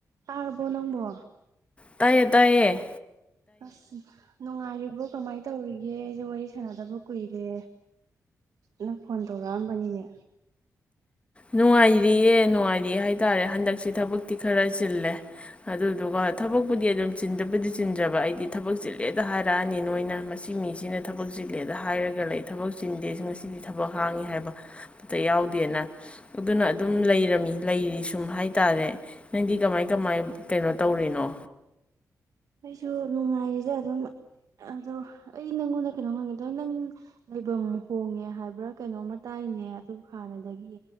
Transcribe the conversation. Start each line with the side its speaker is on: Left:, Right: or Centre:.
Right: ꯇꯥꯔꯕꯣ ꯅꯪꯕꯣ
Left: ꯇꯌꯦ ꯇꯌꯦ
Right: ꯑꯁ ꯅꯨꯡꯉꯥꯏꯔꯤꯕꯣ ꯀꯃꯥꯏꯅ ꯇꯧꯔꯤꯒꯦ ꯑꯩꯁꯦ ꯋꯥꯔꯤ ꯁꯥꯟꯅꯗꯕ ꯀꯨꯏꯔꯦ ꯅꯪ ꯐꯣꯟ ꯇꯧꯔꯛꯑꯝꯕꯅꯤꯅꯦ
Left: ꯅꯨꯡꯉꯥꯏꯔꯤꯌꯦ ꯅꯨꯡꯉꯥꯏꯔꯤꯑꯦ ꯍꯥꯏ ꯇꯔꯦ ꯍꯟꯗꯛꯁꯤ ꯊꯕꯛꯇꯤ ꯈꯔ ꯆꯤꯜꯂꯦ ꯑꯗꯨꯗꯨꯒ ꯊꯕꯛꯄꯨꯗꯤ ꯑꯗꯨꯝ ꯆꯤꯟꯗꯕꯨꯗꯤ ꯆꯤꯟꯖꯕ ꯑꯩꯗꯤ ꯊꯕꯛ ꯆꯤꯜꯂꯦꯗ ꯍꯥꯏꯔꯛꯑꯅꯤ ꯅꯣꯏꯅ ꯃꯁꯤ ꯃꯤꯁꯤꯅ ꯊꯕꯛ ꯆꯤꯜꯂꯦꯗ ꯍꯥꯏꯔꯒ ꯂꯩ ꯊꯕꯛ ꯆꯤꯟꯗꯦꯁꯨ ꯉꯁꯤꯗꯤ ꯊꯕꯛ ꯍꯥꯡꯉꯤ ꯍꯥꯏꯕꯇ ꯌꯥꯎꯗꯦꯅ ꯑꯗꯨꯅ ꯑꯗꯨꯝ ꯂꯩꯔꯝꯃꯤ ꯂꯩꯔꯤ ꯁꯨꯝ ꯍꯥꯏ ꯇꯔꯦ ꯅꯪꯗꯤ ꯀꯃꯥꯏ ꯀꯃꯥꯏ ꯀꯩꯅꯣ ꯇꯧꯔꯤꯅꯣ
Right: ꯑꯩꯁꯨ ꯅꯨꯡꯉꯥꯏꯔꯤꯁꯦ ꯑꯗꯨꯝ ꯑꯗꯣ ꯑꯩ ꯅꯪꯉꯣꯟꯗ ꯀꯩꯅꯣ ꯍꯪꯉꯦꯗꯣ ꯅꯪ ꯂꯩꯐꯝ ꯍꯣꯡꯉꯦ ꯍꯥꯏꯕ꯭ꯔꯥ ꯀꯩꯅꯣꯝꯃ ꯇꯥꯏꯅꯦ ꯑꯗꯨ ꯍꯥꯟꯅꯗꯒꯤ